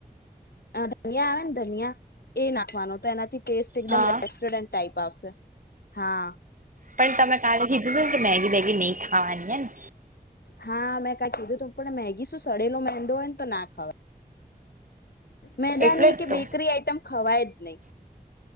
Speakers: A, on the left (about 80°); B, on the right (about 55°).
A: ધનિયા આવેને ધનિયા એ નાખવાનો તો એનાથી ટેસ્ટ એકદમ
B: હા
A: રેસ્ટોરન્ટ ટાઈપ આવશે. હા.
B: પણ તમે કાલે કીધું તું ને કે મેગી બેગી નહી ખાવાની હેને
A: હા મેં કાઈ કીધું તું પણ મેગી શું સડેલો મેંદો હોય ને તો ના ખાવ મેદાની
B: એટલે જ
A: કે
B: તો
A: બેકરી આઈટમ ખવાય જ નહિ.